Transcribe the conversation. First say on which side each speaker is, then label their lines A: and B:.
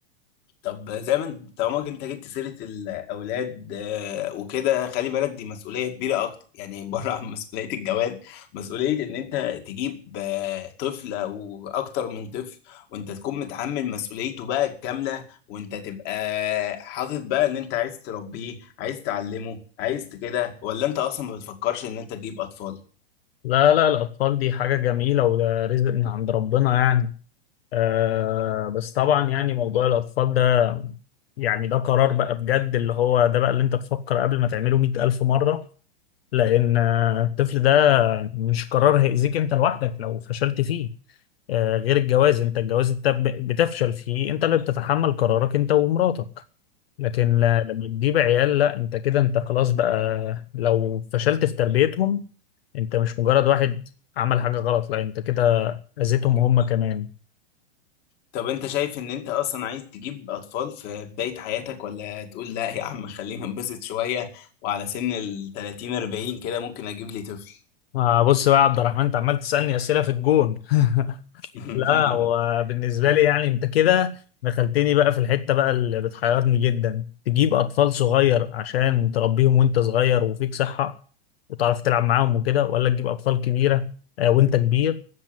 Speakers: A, on the left; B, on the left.
A: طب زي ما انت- طالما انت جبت سيرة الأولاد آه، وكده خلي بالك دي مسؤولية كبيرة أكتر <laughs> يعني بره عن مسؤولية الجواز مسؤولية إن أنت تجيب آه، طفل أو أكتر من طفل وأنت تكون متحمل مسؤوليته بقى الكاملة وأنت تبقى حاطط بقى إن أنت عايز تربيه عايز تعلمه عايز ت- كده ولا أنت أصلا ما بتفكرش إن أنت تجيب أطفال؟
B: لا لا الأطفال دي حاجة جميلة وده رزق من عند ربنا يعني آه بس طبعا يعني موضوع الأطفال ده يعني ده قرار بقى بجد اللي هو ده بقى اللي انت تفكر قبل ما تعمله مئة ألف مرة لأن الطفل ده مش قرار هيأذيك أنت لوحدك لو فشلت فيه آه، غير الجواز أنت الجواز أنت ب- بتفشل فيه أنت اللي بتتحمل قرارك أنت ومراتك لكن لا- لما تجيب عيال لا أنت كده أنت خلاص بقى لو فشلت في تربيتهم أنت مش مجرد واحد عمل حاجة غلط لا أنت كده أذيتهم هم كمان
A: طب انت شايف ان انت اصلا عايز تجيب اطفال في بداية حياتك ولا تقول لا يا عم خلينا نبسط شوية وعلى سن ال 30 40 كده ممكن اجيب لي طفل
B: آه، بص بقى يا عبد الرحمن أنت عمال تسألني أسئلة في الجون <laughs>
A: <laughs>
B: لا هو بالنسبة لي يعني انت كده دخلتني بقى في الحتة بقى اللي بتحيرني جدا تجيب أطفال صغير عشان تربيهم وانت صغير وفيك صحة وتعرف تلعب معاهم وكده ولا تجيب أطفال كبيرة آه، وانت كبير